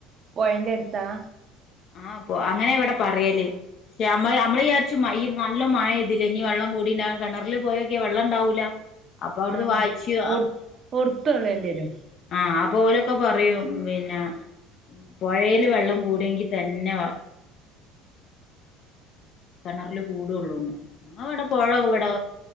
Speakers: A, on the right; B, on the left.
A: പോഴേന്റെ അടുത്താ-
B: ആഹ പോ അങ്ങനെ ഇവിടെ പറയല് പക്ഷെമ്മ നമ്മള് കുറച്ച് മ നല്ല മഴ തില്ലെ ഇനി വെള്ളം കൂടിട്ട് കിണറില് പോയൊക്കെ വെള്ളം ഉണ്ടാവൂലാ അപ്പൊ അവിടുന്ന്
A: ആഹ്
B: വാങ്ങിച്ചു
A: ഒർ ഒർത്തള്ളേണ്ടി വരും
B: ആ- ഓലൊക്കെ പറയും പിന്നെ- പുഴയില് വെള്ളം കൂടങ്കി തന്നെ
A: <inaudible>
B: കിണറില് കൂടുള്ളൂന്ന് ഞങ്ങടെ ഇവിടെ പോഴ ഇവിടെ